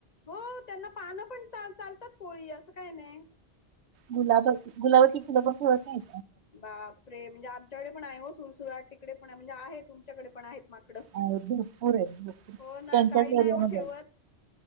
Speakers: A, on the left; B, on the right.
A: हो त्यांना पानं पण चालतात कोवळी असं काय नाही
B: गुलाब गुलाबाची फुलं पण ठेवत नाही
A: बापरे म्हणजे आमच्याकडे पण आहे सुुळसुळट तिकडे पण आहे म्हणजे आहे तुमच्याकडे पण आहेत माकडं.
B: अ भरपूर आहे भपूर
A: हो ना
B: त्यांच्याच
A: काही
B: गर
A: नाही हो
B: जा
A: ठेवत